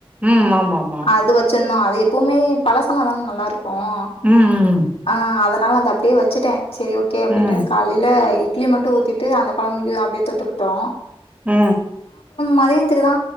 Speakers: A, on the right; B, on the left.
A: உம் ஆமாம்
B: அது வச்சிண்ணோ அத எப்பவுமே பழசான தான நல்லாருக் கோம்
A: ம்
B: ஆ அத னால அத அப்டியே வச்சிட்டே சேரி ஓகே அப்டின்ட்டு
A: ம்
B: காலைல இ இட்லி மட்டு ஊத்திட்டு அந்த கொழம்பயு அப்டியே தொட்டுக்கிட்டோ
A: ஆ
B: மதியத்துக்குதா